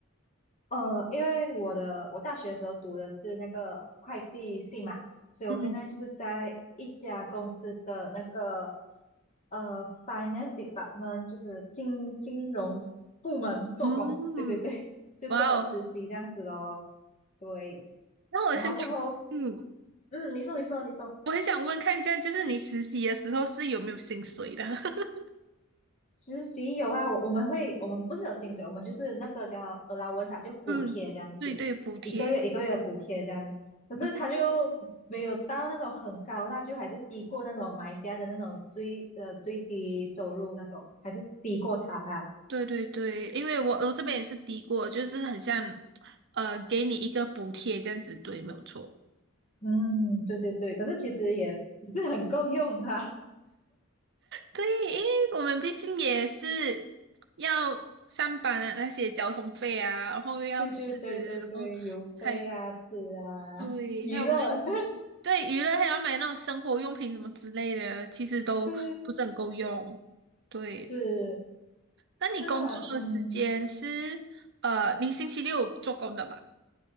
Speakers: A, on the left; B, on the right.
A: 呃，因为我的我大学的时候读的是那个会计系嘛，所以我现在就是在一家公司的那个
B: 嗯
A: 呃 finance department，就是金金融部门做工。
B: 嗯，
A: 对对对，就做实习这样子咯。
B: 哇哦，
A: 对，
B: 那我很想，
A: 然后过后，
B: 嗯，
A: 嗯，你说你说你说，
B: 我很想问看一下，就是你实习的时候是有没有薪水的？<laughs>
A: 实习有啊，我我们会，我们不是有薪水，我们就是那个叫 allowance 啊，就补贴这样子，
B: 嗯，对对，补贴，
A: 一个月一个月的补贴这样。可是他就没有到那种很高啦，
B: 嗯，
A: 就还是低过那种马来西亚的那种最呃最低收入那种，还是低过他啊。
B: 对对对，因为我我这边也是低过，就是很像，呃，给你一个补贴这样子，对，没有错。
A: 嗯，对对对，可是其实也不是很够用啦。
B: 对，因为我们毕竟也是要上班啊，那些交通费啊，然后又要吃，
A: 对对对对对，
B: 然后还有
A: <laughs> 邮费啊，吃啊，
B: 对，
A: 娱乐，
B: 还有还有什么对，娱乐还要买那种生活用品什么之类的，其实都不是很够用。
A: <laughs> 对，
B: 对。
A: 是。
B: 那你工作的时间是呃，
A: 那嗯，
B: 你星期六做工的吧？